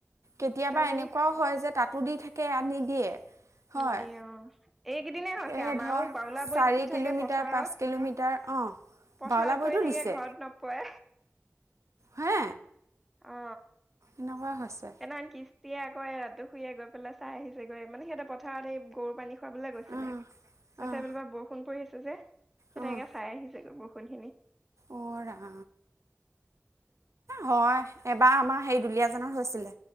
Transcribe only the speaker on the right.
কেতিয়াবা
এনেকুৱাও হয় যে তাতো দি থাকে ইয়াত নিদিয়ে। হয়
এই
ধৰ
চাৰি
কিলোমিটাৰ
পাঁচ কিলোমিটাৰ অঁ
বাউলাবৰিতো
দিছে
হে
এনেকুৱা হৈছে
অহ
অহ
অঁ
অঁ ৰাম হয় এবাৰ আমাৰ সেই দুলীয়াজনৰ হৈছিলে